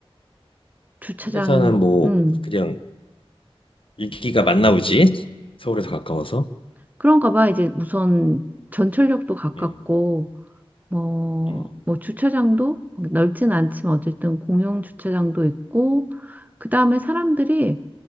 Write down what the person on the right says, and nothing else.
주차장,
음,
그런가 봐. 이제 우선 전철역도 가깝고,
뭐,
뭐 주차장도 넓진 않지만 어쨌든 공용 주차장도 있고, 그 다음에 사람들이